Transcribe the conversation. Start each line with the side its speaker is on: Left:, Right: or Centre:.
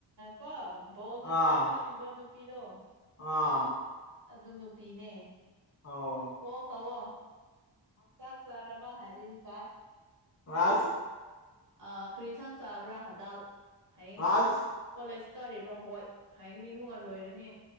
Right: ꯀꯣ ꯕꯣꯜ
Left: ꯑꯥ
Right: ꯂꯦꯇꯔ ꯊꯥꯕꯤꯕ ꯅꯨꯄꯤꯗꯣ
Left: ꯑꯥ
Right: ꯑꯗꯨ ꯅꯨꯄꯤꯅꯦ
Left: ꯑꯣ
Right: ꯑꯣ ꯇꯧꯑꯣ ꯆꯥꯛ ꯆꯥꯔꯕ ꯍꯥꯏꯔꯤꯗꯤ ꯆꯥꯏ
Left: ꯉꯥꯁ
Right: ꯑ ꯈꯔꯤ ꯌꯦꯟꯁꯥꯡ ꯆꯥꯕ꯭ꯔꯥ ꯍꯗꯜ ꯍꯥꯏꯌꯦꯅꯤ
Left: ꯑꯁ
Right: ꯀꯣꯂꯦꯖ ꯀꯥꯔꯤꯕ꯭ꯔꯣ ꯍꯣꯏ ꯍꯥꯏꯒꯅꯤ ꯑꯃꯨꯛꯒ ꯂꯣꯏꯔꯅꯤ